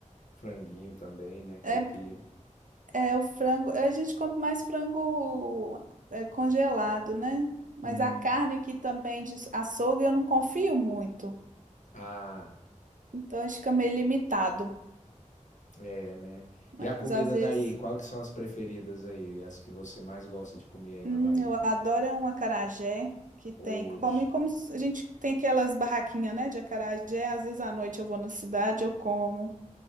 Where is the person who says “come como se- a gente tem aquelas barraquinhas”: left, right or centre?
Right